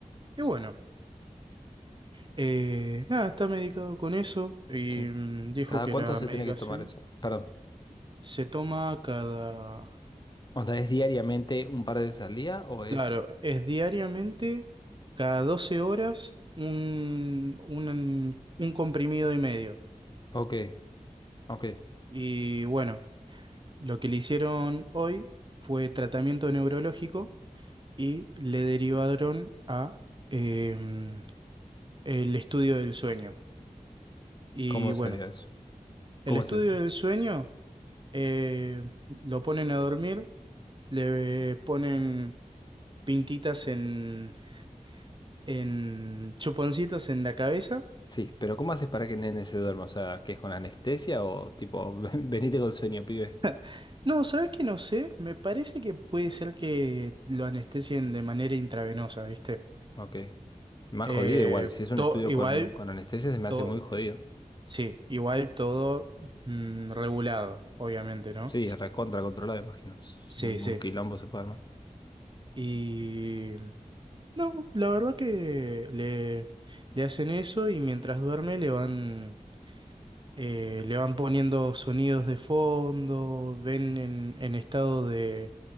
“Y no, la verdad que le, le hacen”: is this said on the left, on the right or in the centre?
Right